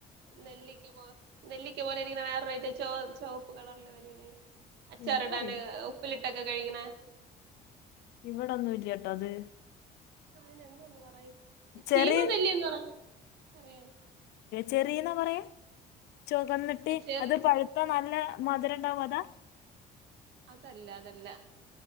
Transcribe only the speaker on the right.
നെല്ലിക്ക പോ നെല്ലിക്ക പോലെരിക്ക്ണ വേറൊരൈറ്റം ചോ ചൊവപ്പ് കളറില് വരൂലേ അച്ചാറിടാന്
ഉപ്പിലി ഇട്ടൊക്കെ കഴിക്ക്ണേ
പ്പ അയ്നെന്തോന്ന് പറയും ചീമവല്ലീന്ന്
പറയ്ണ പറയ്ണ
ചെറി
അതല്ല അതല്ല